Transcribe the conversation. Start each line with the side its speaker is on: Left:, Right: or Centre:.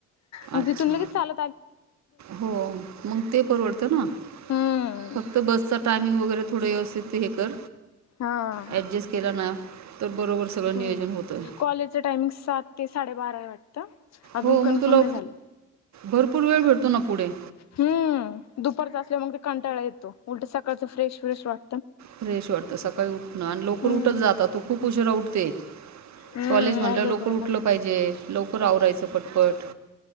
Left: मग
Right: अच्छा
Left: तिथून लगेच चाल
Right: हो मग ते परवडत ना
Left: हम्म
Right: फक्त बसचा टायमिंग वगैरे थोडं व्यवस्तीत ते हे कर
Left: हा
Right: ॲडजस्ट केला ना, तर बरोबर सगळं
Left: होय
Right: नियोजन होतं.
Left: कॉलेजचं टायमिंग सात ते साडेबारा य वाटतं अजून
Right: हो
Left: कन्फर्म
Right: म तुला
Left: नाही झालं
Right: भरपूर वेळ भेटतो ना पुढे
Left: हम्म दुपारचं असल्या मग ते कंटाळा येतो, उलट सकाळचं फ्रेश फ्रेश वाट
Right: फ्रेश वाटतं, सकाळी उठणं आणि लौकर
Left: हम्म
Right: उठत जा आता तू खूप उशिरा उठते
Left: हम्म
Right: कॉलेज म्हटल्याव
Left: नाही लवकर
Right: लौकर
Left: उठत
Right: उठलं पाहिजे लौकर आवरायचं पटपट